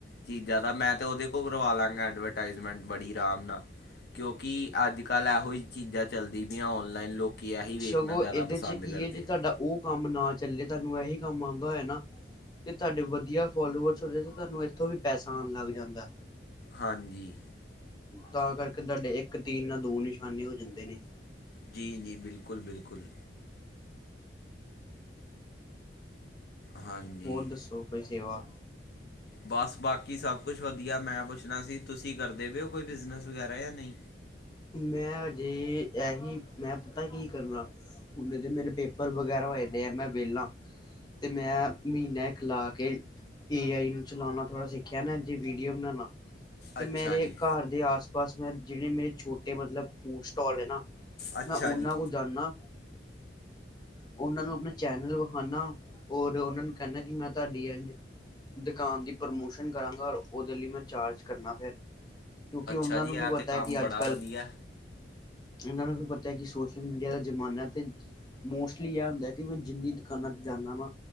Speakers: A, on the left (about 60°); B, on the left (about 20°).
A: ਚੀਜ਼ਾਂ ਦਾ, ਮੈਂ ਤਾਂ ਉਹਦੇ ਕੋਲ ਕਰਵਾ ਲਾਂਗਾ ਐਡਵਰਟਾਈਜ਼ਮੈਂਟ ਬੜੀ ਆਰਾਮ ਨਾਲ। ਕਿਉਂਕਿ, ਅੱਜ ਕੱਲ ਇਹੋ ਜਿ ਚੀਜ਼ਾਂ ਚੱਲਦੀ ਪਿਆਂ ਔਨਲਾਈਨ ਲੋਕ ਕਿ ਆਹੀ ਵੇਖਣਾ
B: ਸਗੋਂ
A: ਜ਼ਿਆਦਾ
B: ਇਹਦੇ
A: ਪਸੰਦ
B: ਚ ਕੀ
A: ਕਰਦੇ
B: ਹੈ ਜੇ
A: ਆ।
B: ਤੁਹਾਡਾ ਉਹ ਕੰਮ ਨਾ ਚੱਲੇ, ਤੁਹਾਨੂੰ ਇਹੀ ਕੰਮ ਆਉਂਦਾ ਹੋਏ ਨਾ ਤੇ ਤੁਹਾਡੇ ਵਧੀਆ ਫੋਲੋਵਰਸ ਦੇ ਤੁਹਾਨੂੰ ਇੱਥੋਂ ਵੀ ਪੈਸਾ ਆਉਣ ਲੱਗ ਜਾਂਦਾ।
A: ਹਾਂਜੀ।
B: ਤਾਂ ਕਰਕੇ ਤੁਹਾਡੇ ਇੱਕ ਤੀਨ ਨਾਲ ਦੋ ਨਿਸ਼ਾਨੇ ਹੋ ਜਾਂਦੇ ਨੇ।
A: ਜੀ- ਜੀ, ਬਿਲਕੁਲ- ਬਿਲਕੁਲ। ਹਾਂਜੀ
B: ਹੋਰ ਦੱਸੋ ਕੋਈ ਸੇਵਾ?
A: ਬਸ ਬਾਕੀ ਸਭ ਕੁਛ ਵਧੀਆ ਮੈਂ ਪੁੱਛਣਾ ਸੀ ਤੁਸੀਂ ਕਰਦੇ ਪਏ ਹੋ ਕੋਈ ਬਿਜ਼ਨਸ ਵਗੈਰਾ ਯਾ ਨਹੀਂ।
B: ਮੈਂ ਅਜੇ ਐਹੀ ਮੈਂ ਪਤਾ ਕੀ ਕਰਨਾ ਹੁਨ ਦੇ ਮੇਰੇ ਪੇਪਰ ਵਗੈਰਾ ਹੋਏ ਪਏ ਆ ਮੈਂ ਵਿਹਲਾ। ਤੇ ਮੈਂ ਮਹੀਨਾ ਇੱਕ ਲਾ ਕੇ ਏ ਆਈ ਨੂੰ ਚਲਾਉਣਾ ਥੋੜਾ ਸਿੱਖਿਆ ਨਾ, ਇਂਝ ਵੀਡੀਓ ਬਣਾਉਵਾ। ਤੇ
A: ਅੱਛਾ
B: ਮੇਰੇ
A: ਜੀ
B: ਘਰ ਦੇ ਆਸ- ਪਾਸ ਜਿਹੜੇ ਮੇਰੇ ਛੋਟੇ ਮਤਲਬ ਫੂਡ ਸਟਾਲ ਨੇ ਨਾ
A: ਅੱਛਾ
B: ਮੈਂ ਓਨਾਂ
A: ਜੀ
B: ਕੋ ਜਾਂਨਾ ਉਹਨਾਂ ਨੂੰ ਆਪਣਾ ਚੈਨਲ ਵਿਖਾਉਣਾ, ਔਰ ਉਹਨਾਂ ਨੂੰ ਕਹਿਣਾ ਕਿ ਮੈਂ ਤੁਹਾਡੀ ਇ ਦੁਕਾਨ ਦੀ ਪ੍ਰਮੋਸ਼ਨ ਕਰਾਂਗਾ ਰ ਉਹਦੇ ਲਈ ਮੈਂ ਚਾਰਜ ਕਰਨਾ ਫੇਰ ਕਿਉਂਕਿ,
A: ਅੱਛਾ
B: ਉਹਨਾਂ
A: ਜੀ
B: ਨੂੰ
A: ਇਹ
B: ਵੀ ਪਤਾ
A: ਤੇ
B: ਹੈ
A: ਕੰਮ
B: ਕਿ
A: ਬੜਾ
B: ਅੱਜ
A: ਵਧੀਆ
B: ਇਹਨਾਂ ਨੂੰ ਵੀ ਪਤਾ ਕਿ ਸੋਸ਼ਲ ਮੀਡੀਆ ਦਾ ਜ਼ਮਾਨਾ ਤੇ ਮੋਸਟਲੀ ਇਹ ਹੁੰਦਾ ਕਿ ਮੈਂ ਜਿੰਨੀ ਦੁਕਾਨਾਂ ਤੇ ਜਾਂਨਾ ਵਾ